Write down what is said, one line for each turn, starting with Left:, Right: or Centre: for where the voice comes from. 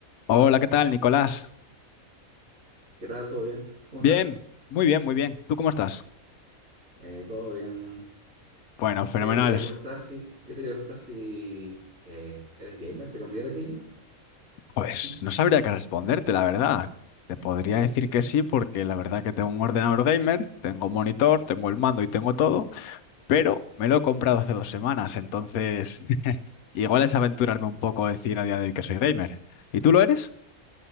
Left: Hola, ¿qué tal, Nicolás?
Right: ¿Qué tal? ¿Todo bien? ¿Cómo
Left: Bien,
Right: estás?
Left: muy bien, muy bien. ¿Tú cómo estás?
Right: Eh, todo bien.
Left: Bueno, fenomenal.
Right: Te quería preguntar si, yo te quería preguntar si eh, eres gamer, ¿te consideras gamer?
Left: Pues
Right: Mm.
Left: no sabría qué responderte, la verdad. Te podría decir que sí, porque la verdad que tengo un ordenador gamer, tengo un monitor, tengo el mando y tengo todo, pero me lo he comprado hace dos semanas, entonces <laughs> igual es aventurarme un poco a decir a día de hoy que soy gamer. ¿Y tú lo eres?